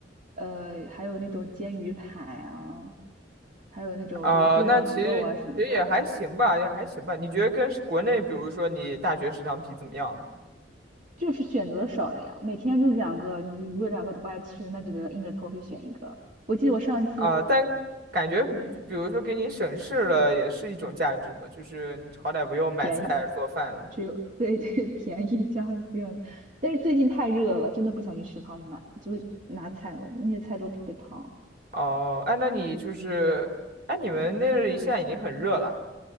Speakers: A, on the right; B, on the right.
A: 呃，还有那种煎鱼排啊。还有那种就是炖牛肉啊什么的，
B: 啊、那其实其实也还行吧，也还行吧。你觉得跟国内，比如说你大学食堂比怎么样啊
A: 就是选择少了呀。每天就两个，你如果两个都不爱吃，那只能硬着头皮选一个。我记得我上一次
B: 啊、但感觉就比如说给你省事了，
A: 对
B: 也是一种价值嘛，就是你好歹不用买菜做饭了。
A: 便宜，只有对对 <laughs> 便宜家里不用，但是最近太热了，真的不想去食堂买，就是拿菜了，那些菜都特别烫。
B: 哦，哎，那你就是，哎，你们那里现在已经很热了。